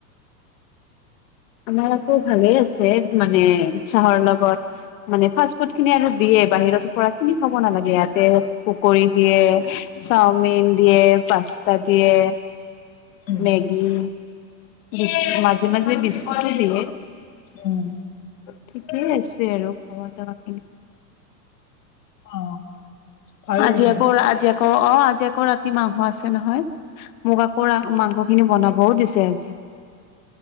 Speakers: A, on the left; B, on the left.
A: আমাৰ আকৌ ভালে আছে মানে উৎসাহৰ লগত মানে ফাষ্ট ফুড খিনি আৰু দিয়ে বাহিৰতৰ পৰা কিনি খাব নালাগে ইয়াতে পকী দিয়ে চাওমিন দিয়ে পাস্তা দিয়ে
B: উম
A: মেগি বি মাজে মধে বিসকিট দিে
B: উম
A: ঠিকেই আছে আৰু খোৱা দা কিনি।
B: অ ভালেই
A: আজি
B: দেখোন
A: আকৌ আজি আকৌ অ', আজি আকৌ ৰাতি মাংস আছে নহয় মোক আকৌ মাংস খিনি বনাবও দিছে আজি।